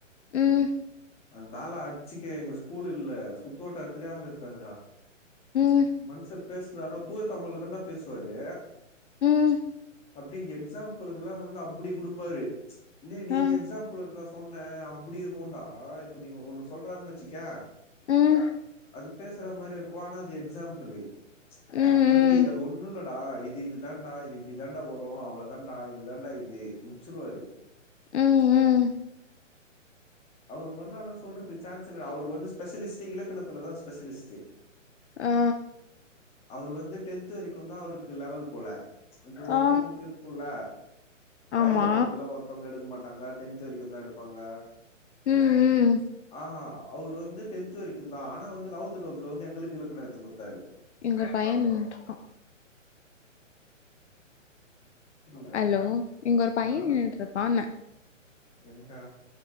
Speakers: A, on the left; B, on the left.
A: ம்
B: அந்த ஆள அச்சிக்க எங்க ஸ்கூல் இல்ல சுத்து வட்டாரத்துலே ஆள் இருக்காதுடா
A: உம்
B: மனுஷ பேசுனாருனா தூய தமிழ்ல தாடா பேசுவாரு
A: உம்
B: அப்டி எக்ஸாம்பிளுங்கல்லா வந்து அப்டி குடுப்பாரு தி நீதி
A: அ
B: இது எக்ஸாம்பபுல்ல காசு புன்ன அப்டி இருக்கு ஆ இப்ப நீ ஒன்னு சொல்றருனு வச்சிக்கய
A: ம்
B: அது பேஷ் தர மாரி இருக்கு ஆனா அது எக்சாம்பிள்ளு
A: ம்
B: தம்பி
A: ம்
B: அது ஒன்னு இல்ல டா இது இது தண்டா இது இப்டி தண்டா வரு அவ்ளோ தண்டா இது தண்டா இது முச்சிருவாரு
A: ம் ம்
B: அவுர் மொதல்ல ஆனா சொல்றதுக் சான்சில்ல அவுரு வந்து ஸ்பெஷலிஸ்ட் இலக்கணத்துலதா ஸ்பெஷலிஸ்ட்டு
A: ஆ ஆ
B: அவுரு வந்து டென்த் வரிக்குதா அவுருக்கு லெவல் போல இப்போ ஒருத்தவங்களுக்கு
A: ஆ
B: இருக்குல
A: ஆமா
B: லெவல்த் ட்வெல்த் எல்லா ஒருத்தவ்ங்க எடுக்க மாட்டாங்க டென்த் வரிக்கு தா எடுப்பாங்க
A: ம் ம்
B: ஆஹா அவுரு வந்து டென்த் வரிக்குந்தா ஆனா வந்து லெவன்த் ட்வெல்த்ல வந்து எங்களுக்கு இலக்கண எத்து குடுத்தாரு
A: இங்க பைய நின்னுட்டுருக்கா
B: புரியல.
A: ஹலோ இங்க ஒரு பைய
B: ஆ
A: நின்னுட்ருக்கான்ன
B: ஏன்டா?